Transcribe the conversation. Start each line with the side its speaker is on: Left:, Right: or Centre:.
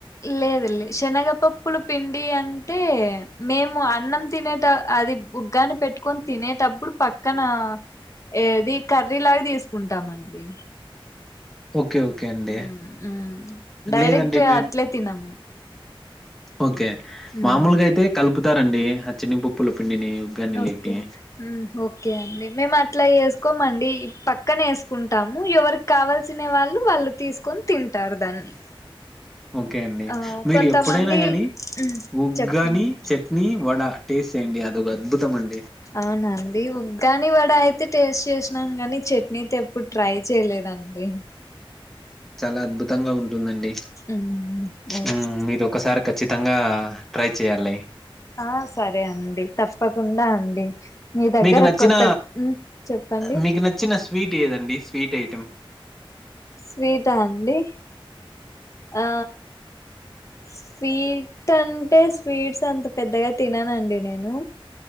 Left: లెదులే శనగపప్పులు పిండి అంటే మేము అన్నం తినేట అది బుగ్గాని పెట్టుకొని తినేటప్పుడు పక్కన ఏది కర్రీలాగా తీసుకుంటామండి
Centre: ఓకే ఓకే అండి.
Left: హ్మ్ డైరెక్ట్
Centre: లేదండి మేము
Left: అట్లే తినము
Centre: ఓకే
Left: ఉమ్
Centre: మామూలుగా అయితే కలుపుతారండి ఆ చిన్ని పప్పుల పిండిని ఉగ్గానీలకి.
Left: ఓకే ఓకే అండి మేము అట్లా ఎసుకోమండి ఈ పక్క పక్కనే వేసుకుంటాము ఎవరికి కావాల్సిన వాళ్ళు వాళ్ళు తీసుకొని తింటారు దాన్ని
Centre: ఓకే అండి
Left: ఆ
Centre: మీరు
Left: కొంతమంది
Centre: ఎప్పుడైనా గాని
Left: మ్మ్
Centre: ఉగ్గని
Left: చెప్పండి
Centre: చట్నీ వడ టేస్ట్ చేయండి అది ఒక అద్భుతం అండి
Left: అవునండి ఉగ్గని వాడ అయితే టేస్ట్ చేసినాం కానీ చట్నీతే ఎప్పుడు ట్రై చేయలేదు దండి
Centre: చాలా అద్భుతంగా ఉంటుందండి
Left: మ్మ్ ఓకే
Centre: హ్మ్ మీరు ఒకసారి క్ ఖచ్చితంగా ట్రై చేయాలి
Left: ఆ సరే అండి తప్పకుండా అండి మీ దగ్గర
Centre: మీకు నచ్చిన
Left: కొత్త మ్మ్ చెప్పండి
Centre: మీకు నచ్చిన స్వీట్ ఏదండి స్వీట్ ఐటెం
Left: స్వీటా అండి ఆ స్వీట్ అంటే స్వీట్స్ అంత పెద్దగా తిననండి నేను